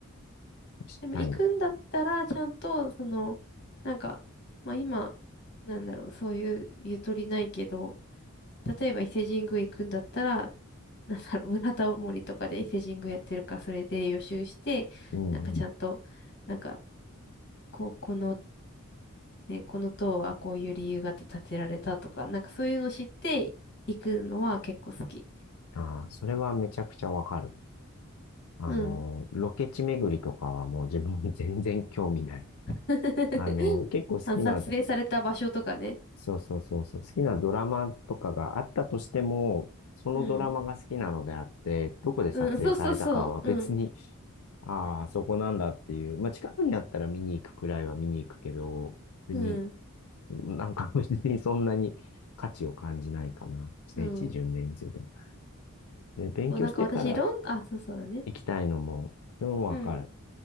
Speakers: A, on the left (about 80°); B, on the left (about 50°).
A: 確かに。
B: でも行くんだったら、ちゃんと、その、なんか、まあ今、なんだろう、そういうゆとりないけど、例えば伊勢神宮行くんだったら、なんだろう、裏タモリとかで伊勢神宮やってるから、それで予習して、
A: うん、
B: なんかちゃんと、なんか、こう、この、ね、この塔はこういう理由があって建てられたとか、なんかそういうの知って行くのは結構好き。
A: ああ、それはめちゃくちゃわかる。あの、
B: うん。
A: ロケ地巡りとかはもう自分全然興味ない。
B: <laughs>
A: あの、結構好きな
B: あの、撮影された場所とかね。
A: そうそうそうそう。好きなドラマとかがあったとしても、そのドラマが好きなのであって、
B: うん。
A: どこで撮影されたかは別に、
B: うん、そうそうそう。うん。
A: <laughs> ああ、そこなんだっていう。まあ、近くにあったら見に行くくらいは見に行くけど、別に、
B: うん。
A: なんか <laughs> 別にそんなに価値を感じないかな。聖地巡礼についても。
B: うん。
A: で、勉強してから
B: そうなんか私、ロン、あ、そうそうだね。
A: 行きたいのも、それもわかる。
B: うん。